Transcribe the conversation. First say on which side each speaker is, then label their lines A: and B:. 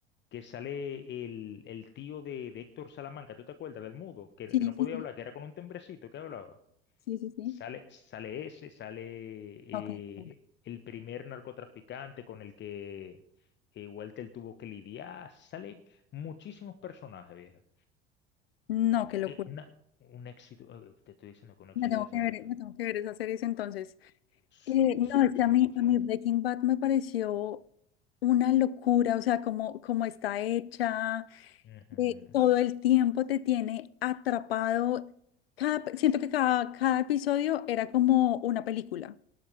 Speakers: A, on the left; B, on the left.
A: Que sale el, el tío de, de Héctor Salamanca, ¿tú te acuerdas del mudo? Que,
B: Sí,
A: que no podía
B: sí, sí.
A: hablar, que era con un tembrecito que hablaba.
B: Sí, sí, sí. sí.
A: Sale, sale ese, sale eh,
B: No, qué locura.
A: el primer narcotraficante con el que eh, Walter tuvo que lidiar. Salen muchísimos personajes, vieja.
B: No, qué locura.
A: Eh, una, un éxito, eh, te estoy diciendo que un éxito
B: Me tengo
A: de serie.
B: que ver, me tengo que ver esas series entonces.
A: Sí,
B: Eh, no,
A: sí,
B: es que
A: 100%.
B: a mí, a mí Breaking Bad me pareció una locura, o sea, como, como está hecha,
A: Ujú,
B: eh, todo el tiempo te tiene atrapado. Cada, siento que cada, cada episodio era como una película.